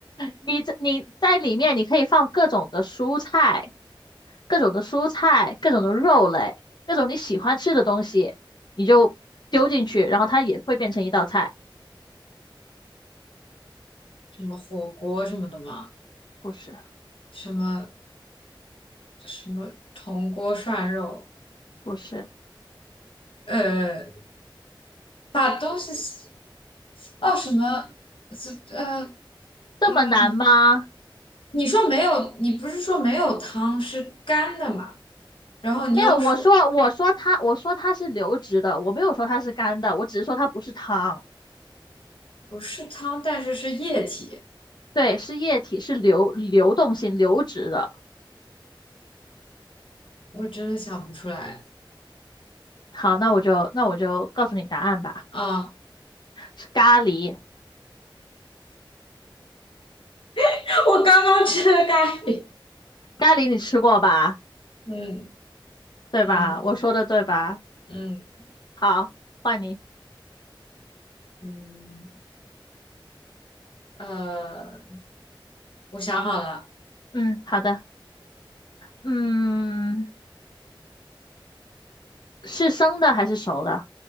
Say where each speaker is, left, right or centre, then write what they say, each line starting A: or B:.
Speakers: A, on the left; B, on the left.
A: 你这你在里面你可以放各种的蔬菜。各种的蔬菜、各种的肉类、各种你喜欢吃的东西，你就丢进去，然后它也会变成一道菜。
B: 什么火锅什么的嘛，
A: 不是，
B: 什么什么铜锅涮肉，
A: 不是，
B: 呃，把东西洗哦什么，呃
A: 这么难吗？
B: 呃，你说没有，你不是说没有汤是干的嘛？然后你又说
A: 没有，我说我说它，我说它是流质的，我没有说它是干的，我只是说它不是汤，
B: 不是汤，但是是液体，
A: 对，是液体，是流流动性流质的。
B: 我真的想不出来
A: 好，那我就那我就告诉你答案吧，
B: 啊！
A: 是咖喱，
B: <laughs> 我刚刚吃的咖喱，
A: 咖喱你吃过吧？
B: 嗯
A: 对吧？
B: 嗯
A: 我说的对吧？
B: 嗯。
A: 好，换你。
B: 嗯，呃，我想好了，
A: 嗯，好的。嗯，是生的还是熟的？